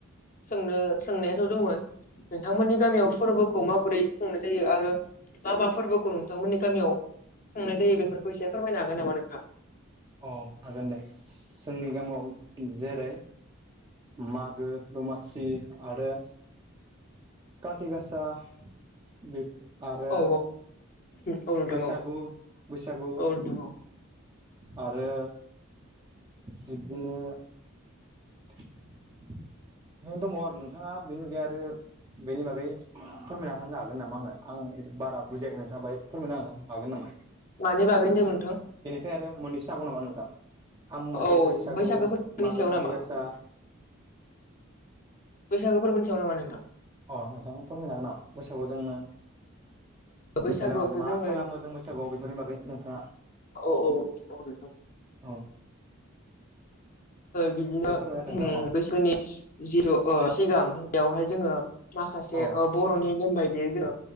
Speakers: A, on the left; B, on the right.
A: सोंनो सोंनायाथ' दंमोन नोंथांमोननि गामियाव फोरबोखौ माबोरै खुंनाय जायो आरो मा मा फोरबोखौ नोंथांमोननि गामियाव खुंनाय जायो बेफोरखौ एसे फोरमायनो हागोन नामा नोंथां
B: अ हागोन दे जोंनि गामियाव जेरै मागो दमासि आरो काति गासा बे आरो
A: औ औ नोंथां
B: बैसागु
A: औ
B: बैसागु
A: औ नोंथां औ
B: आरो बिब्दिनो <inaudible> नो दङ आरो नोंथाङा बेनि बागै आरो बेनि बागै फोरमायना होनो हागोन नामा आंनो आं बारा बुजियाखै नोथां बाहाय फोरमायनो होनो हागोन नामा
A: मानि बागै होनदोंमोन नोंथां
B: बेनिफ्राय आरो मोननैसो हागौ नामा नोंथां आ बुंबायदि
A: औ
B: बैसागु
A: बैसागो फोरबोनि
B: मागो
A: सायाव
B: खाथि
A: नामा
B: गसा
A: बैसागु फोरबो सायाव नामा नोंथां
B: अ नोंथां फोरमायनो हागोन नामा बैसागुआव जोङो
A: बैसागुआवथ'
B: जेनेबा मा
A: जोङो
B: खालामो जों बैसागुआव बेफोरनि बागै नोंथाङा
A: अ औ औ औ नोंथां
B: औ
A: बिदिनो
B: दे फोरमायना
A: ओम
B: होदो नोंथां अ
A: बैसोनि जिथु सिगां बेवहाय जोङो माखासे
B: औ
A: ओ ङबर'नि नेम बायदियै जोङो